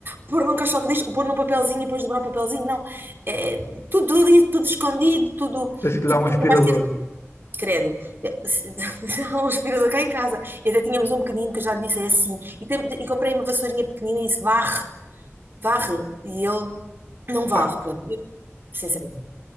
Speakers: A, on the right (about 50°); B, on the left (about 60°).
A: pôr num caixote de lixo, ou pôr num papelzinho e depois dobrar o papelzinho. Não, é tudo ali, tudo escondido, tudo
B: Tens que lhe
A: tipo,
B: dar um aspirador.
A: capaz de ter Credo, Eh, se- <laughs> há um aspirador cá em casa. E até tínhamos um pequenino que eu já lhe disse, é assim. E, tem- e comprei uma vassourinha pequenina e disse, varre, varre. E ele não varre,
B: Pá,
A: pronto. Eu, sinceramente,